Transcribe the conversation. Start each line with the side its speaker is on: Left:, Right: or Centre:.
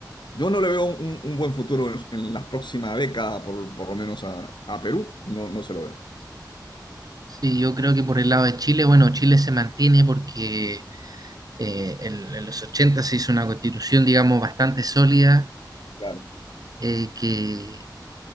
Left: Yo no le veo un, un buen futuro en, en la próxima década, por, por lo menos a, a Perú, no, no se lo veo.
Right: sí, yo creo que por el lado de Chile, bueno, Chile se mantiene porque eh, en, en los 80 se hizo una constitución, digamos, bastante sólida,
Left: Claro,
Right: eh, que,